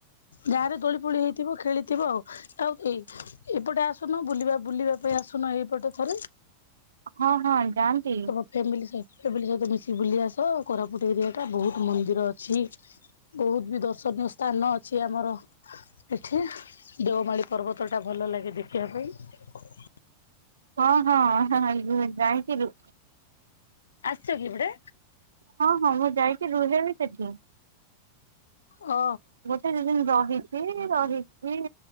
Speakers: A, on the left (about 70°); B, on the right (about 65°).
A: ଗାଁ ରେ ଦୋଳି ପୋଳି ହେଇ ଥିବ ଖେଳିଥିବ ଆଉ ଆଉ ଏଇ ଏପଟେ ଆସୁନ ବୁଲିବା ବୁଲିବା ପାଇଁ ଆସୁନ ଏଇପଟେ ଥରେ।
B: ହଁ ହଁ ଯାଆନ୍ତି।
A: ତମ ଫ୍ୟାମିଲି ସହ ପ୍ୟାମିଲି ସହିତ ମିଶି ବୁଲି ଆସ କୋରାପୁଟ ଏରିଆ ଟା ବହୁତ ମନ ମନ୍ଦିର ଅଛି ବହୁତୁ ବି ଦର୍ଶନୀୟ ସ୍ଥାନ ଅଛି ଆମର। ଏଠି ଦେଓମାଳିୀ ପର୍ବତଟା ଭଲ ଲାଗେ ଦେଖିବା ପାଇଁ।
B: ହଁ ହଁ <unintelligible> ଯାଇଥିଲୁ।
A: ଆସିଛ କି ଏପଟେ?
B: ହଁ ହଁ ମୁଁ ଯାଇକି ରୁହେ ବି ସେଠି।
A: ଓ
B: ଗୋଟେ ଦି ଦିନ ରହି ଚି ରହିକି